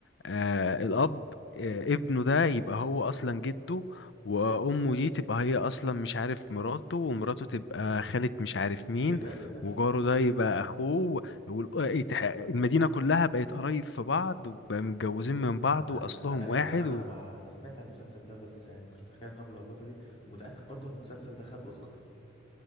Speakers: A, on the left; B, on the left.
A: آه الأب آه ابنه ده يبقى هو أصلا جده وأمه دي تبقى هي أصلا مش عارف مراته ومراته تبقى خالة مش عارف مين
B: ايه ده ايه ده
A: وجاره ده يبقى أخوه وال- اتح- المدينة كلها بقت قرايب في بعض وبقى متجوزين من بعض
B: انا
A: وأصلهم
B: متأكد
A: واحد
B: يعني انا
A: و...
B: انا مع... انا سمعت عن المسلسل ده بس يعني ما كنتش متخيل انه باللخبطه دي ومتأكد برضو ان المسلسل ده خد اوسكار